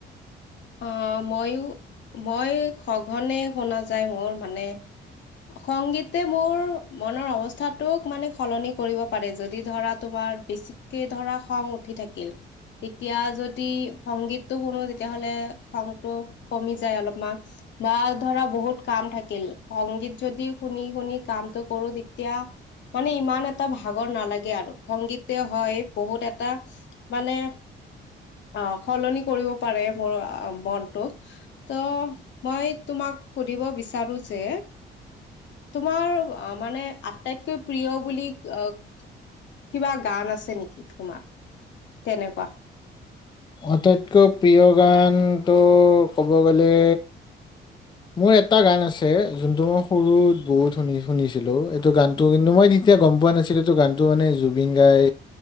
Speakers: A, on the left; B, on the left.
A: অহ ময়ো মই সঘনে শুনা যায় মোৰ মানে। সংগীতে মোৰ মনৰ অৱস্থাটোক মানে সলনি কৰিব পাৰে, যদি ধৰা তোমাৰ বেছিকে ধৰা খং উঠি থাকিল তেতিয়া যদি সংগীতটো শুনো তেতিয়াহ'লে খংটো কমি যায় অলপমা বা ধৰা বহুত কাম থাকিল, সংগীত যদি শুনি শুনি কামটো কৰো তেতিয়া মানে ইমান এটা ভাগৰ নালাগে আৰু সংগীতে হয় বহুত এটা মানে অ সলনি কৰিব পাৰে মোৰ আ মনটোক ত মই তোমাক সুধিব বিচাৰো যে তোমাৰ আ মানে আটাইতকৈ প্ৰিয় বুলি আ কিবা গান আছে নেকি তোমাৰ তেনেকুৱা?
B: আটাইতকৈ প্ৰিয় গানটো ক'ব গ'লে
A: <inaudible>
B: মোৰ এটা গান আছে, যোনটো মই সৰুতে বহুত শুনি শুনিছিলো, এইটো গান টো কিন্তু মই তেতিয়া গম পোৱা নাছিলো তো গানটো মানে জুবিন দাই